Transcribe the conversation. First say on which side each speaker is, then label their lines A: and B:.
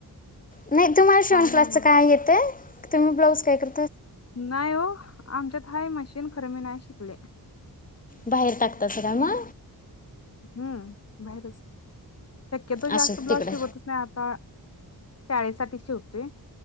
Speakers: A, on the left; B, on the left.
A: नाही तुम्हाला शिवण
B: काय नाही
A: क्लासचं काय येतंय? तुम्ही ब्लाऊज काय कर
B: नाहीवो आमच्यात हाय मशीन खर मी नाय शिकले.
A: बाहेर टाकतासा काय म?
B: हम्म. बाहेरच शक्यतो जास्त
A: असो
B: ब्लाउज
A: तिकडे
B: शिवतच नाही आता शाळेसाठी शिवतोय